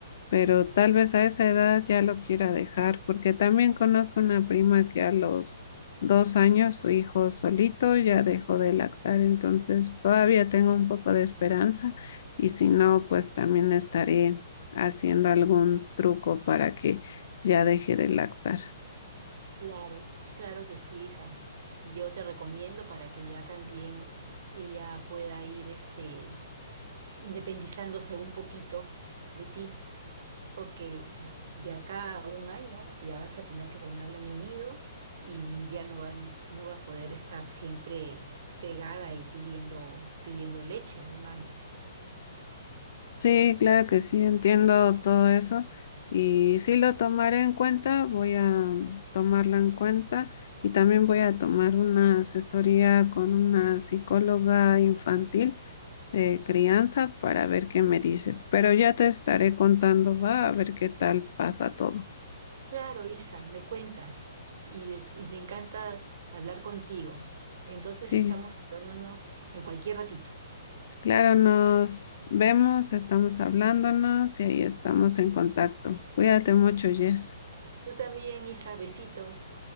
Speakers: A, on the left; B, on the right.
A: pero tal vez a esa edad ya lo quiera dejar, porque también conozco una prima que a los dos años su hijo solito ya dejó de lactar, entonces todavía tengo un poco de esperanza y si no, pues también estaré haciendo algún truco para que ya deje de lactar.
B: Claro. Claro que sí, Sam. Yo te recomiendo para que ya también ella pueda ir este, independizándose un poquito de ti, porque de acá a un año ya vas a tener que ponerla en un nido y ya no va no va a poder estar siempre pegada y pidiendo, pidiendo leche a la mami.
A: Sí, claro que sí, entiendo todo eso y sí lo tomaré en cuenta, voy a tomarlo en cuenta y también voy a tomar una asesoría con una psicóloga infantil de crianza para ver qué me dice, pero ya te estaré contando, va a ver qué tal pasa todo.
B: Claro, Isa, me cuentas y, de- y me encanta hablar contigo. Entonces
A: Sí,
B: estamos hablándonos en cualquier ratito.
A: claro, nos vemos, estamos hablándonos y ahí estamos en contacto. Cuídate mucho, Jess.
B: Tú también, Isa, besitos.